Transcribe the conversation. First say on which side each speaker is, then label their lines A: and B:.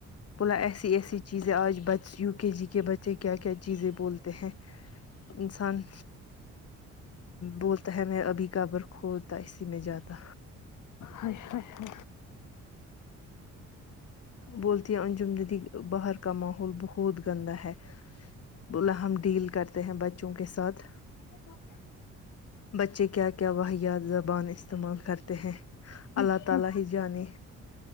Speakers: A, on the left (about 55°); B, on the left (about 80°).
A: بولا ایسی ایسی چیزیں آج بچ یو کے جی کے بچے کیا کیا چیزیں بولتے کہ ہیں انسان بولتا ہے میں ابھی قبر خود تا اسی میں جاتا
B: ہائے ہائے
A: بولتی ہیں انجم دیدی باہر کا ماحول بہت گندا ہے بولا ہم ڈیل کرتے ہیں بچوں کے ساتھ
B: ہ <inaudible>
A: بچے کیا کیا واحیات زبان استعمال کرتے ہیں
B: ہائے،
A: اللہ تعالی ہی جانے